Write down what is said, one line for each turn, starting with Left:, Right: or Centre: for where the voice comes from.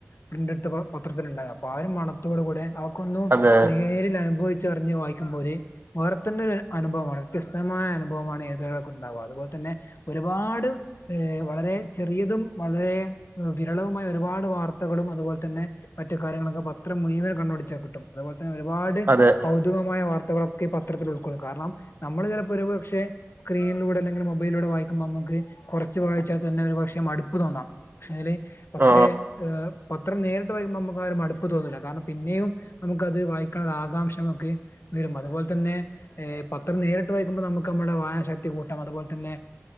Left: പ്രിന്റ് എടുത്ത പത്രത്തി ഉണ്ടായത് അപ്പൊ ആ ഒരു മണത്തോടു കൂടെ
Right: അതെ അതെ
Left: നേരിൽ അനുഭവ ചെറിഞ് വായിക്കുമ്പോൾ ഒരു വേറെ തന്നെ ഒരു അനുഭവമാണ് വ്യത്യസ്തമായ അനുഭവമാണ് ഏതവരൊക്കെ ഉണ്ടാാവുക അതുപോലെ തന്നെ ഒരുപാട് ഏ വളരെ ചെറിയതും വളരെ വിരളവുമായ ഒരുപാട് വാർത്തകളും അതുപോലെന്നെ മറ്റു കാര്യങ്ങളൊക്കെ പത്രം മുഴുവൻ കണുടിച്ചാൽിട്ടും അതുപോലെ ഒരുപാട്
Right: അതെ
Left: കൗതുകമായ വാർത്ത ൊക്കെ പത്രത്തിൽ ഉൾക്കള്ളുന്നു കാരണം നമ്മള് ചിലപ്പോ ഒരു പക്ഷെ സ്ക്രീനിലൂടെ അല്ലെങ്കിൽ മൊബൈലിലൂടെ വായിക്ക്പോ നക്ക് നമക്ക് കുറച്ച് വായിച്ചാൽ തന്നെ ഒരു പക്ഷെ മടുപ്പ് തോന്നാം പക്ഷെ അതിൽ പക്ഷേ
Right: ഓ
Left: പത്ര നേരിട്ട് വായിക്കുമ്പോൾ നമുക്ക് ആരും അടുപ്പ് തോന്നുന്നില്ല കാരണം പിന്നെയും നമുക്ക്ത് വായി ആാംക്ഷമൊക്കെ വരും അതുപോലെ തന്നെ പത്രം നേരിട്ട് വായിക്കുമ്പോൾ നമുക്ക് നമ്മുടെ വായന ശക്തി കൂട്ടം അതുപോലെ തെ